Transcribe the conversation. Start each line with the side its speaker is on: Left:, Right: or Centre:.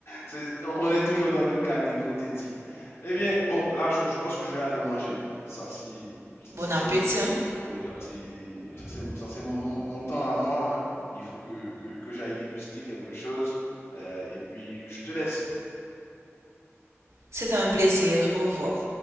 Left: C'est- on on est toujours dans le cadre hypothétique. Eh bien, bon, là, je, je pense que je vais aller manger. Ça, c'est
Right: Bon
Left: ça,
Right: appétit,
Left: c'est
Right: hein.
Left: Oui, ça c'est ça c'est ça c'est mon, mon temps à moi, hein. Il faut que, que, que j'aille déguster quelque chose. euh, et puis je te laisse.
Right: C'était un plaisir. Au revoir.